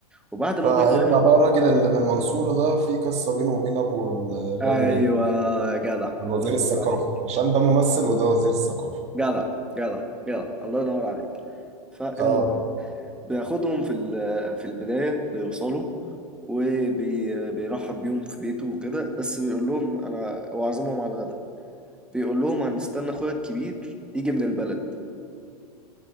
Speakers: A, in the centre; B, on the right.
A: وبعد ما
B: فهيطلع
A: بيضايف
B: بقى الراجل اللي من المنصورة ده في قصة بينه وبين أبو ال- الراجل
A: ايوه
B: ال-
A: يا جدع
B: وزير
A: الله
B: الثقافة
A: ينور عليك
B: عشان ده ممثل وده وزير الثقافة
A: جدع جدع جدع الله ينور عليك فالمهم
B: اه
A: بياخدهم في ال- في البداية بيوصلوا وبيرحب بيهم في بيته وكده بس بيقول لهم انا هو عازمهم على الغدا بيقول لهم هنستنى اخويا الكبير يجي من البلد